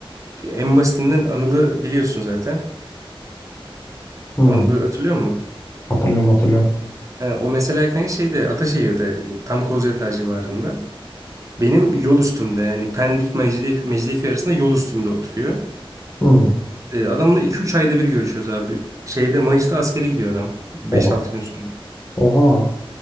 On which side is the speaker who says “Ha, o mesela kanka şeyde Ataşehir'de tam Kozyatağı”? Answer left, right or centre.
Right